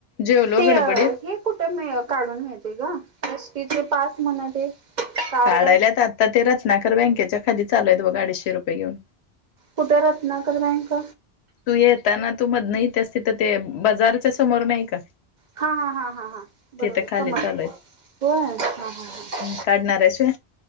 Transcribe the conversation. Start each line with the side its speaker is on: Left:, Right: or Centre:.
Left: जेवलो
Right: ते
Left: गडबडीत
Right: हे कुठे म काढून मिळतय ग, एसटीचे पास म्हण ते? कार्ड
Left: काढायल्यात, आता ते रत्नाकर बँकेच्या खाली चालू आहेत बघ, अडीचशे रुपये घेऊन.
Right: कुठ रत्नाकर बँक?
Left: तू येताना तू मधन इत्यास तिथं ते बाजारच्या समोर नाही का
Right: हा हा हा हा हा,
Left: तिथं
Right: बरोबर
Left: खाली
Right: समोर.
Left: चालू
Right: होय, हा हा हा.
Left: आहेत काढणार आहेस होय